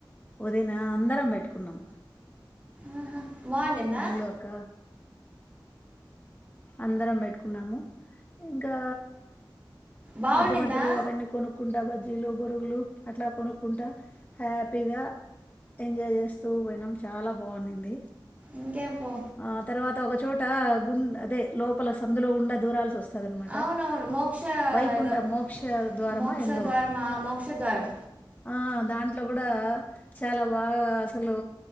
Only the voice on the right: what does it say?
ఆహా బాగుండిందా
బాగుండిందా
ఇంకేం పో
అవునవును మోక్ష
ఏదో
మోక్ష
ద్వారం ఆ, మోక్ష ద్వారం